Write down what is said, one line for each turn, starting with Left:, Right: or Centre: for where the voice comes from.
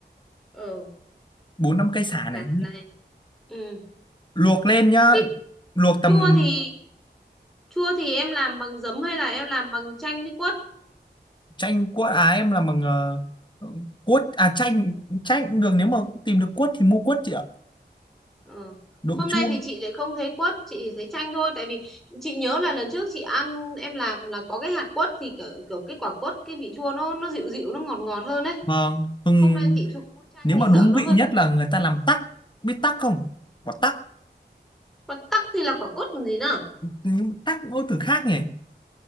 Centre: ờ
Left: bốn năm cây xả
Centre: sả
Left: này
Centre: này ừ
Left: luộc lên nhá
Centre: Thế
Left: luộc tầm
Centre: chua thì Chua thì em làm bằng giấm hay là em làm bằng chanh với quất?
Left: chanh cuốt à em làm bằng ờ, cuốt à chanh chanh cũng được nếu mà tìm được cuốt thì mua cuốt chị ạ
Centre: Ờ.
Left: đậu
Centre: Hôm
Left: chua
Centre: nay thì chị lại không thấy quất, chị chỉ thấy chanh thôi. Tại vì chị nhớ là lần trước chị ăn em làm là có cái hạt quất thì kiểu, kiểu cái quả quất cái vị chua nó nó dịu dịu nó ngọt ngọt hơn đấy.
Left: vâng hừng
Centre: Hôm nay chị trụng mua chanh
Left: nếu mà
Centre: thì sợ
Left: đúng
Centre: nó
Left: vị
Centre: hơi
Left: nhất
Centre: bị
Left: là
Centre: gắt.
Left: người ta làm tắc biết tắc không quả tắc
Centre: Quả tắc thì là quả quất còn gì nữa?
Left: nhưng tắc ngôn từ khác nhỉ